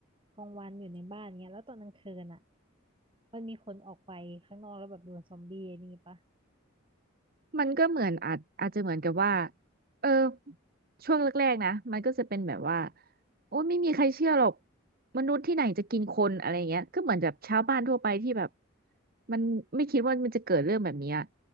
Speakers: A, on the right (about 25°); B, on the right (about 45°).
A: กลางวันอยู่ในบ้านเนี้ยแล้วตอนกลางคืนอ่ะมันมีคนออกไปข้างนอกแล้วแบบโดนซอมบี้ไอ้นี่ปะ
B: มันก็เหมือนอาจอาจจะเหมือนกับว่าเออช่วงแรกๆนะ มันก็จะเป็นแบบว่า โอ้ไม่มีใครเชื่อหรอก มนุษย์ที่ไหนจะกินคนอะไรเงี้ยก็เหมือนแบบชาวบ้านทั่วไปที่แบบมันไม่คิดว่ามันจะเกิดเรื่องแบบเนี้ย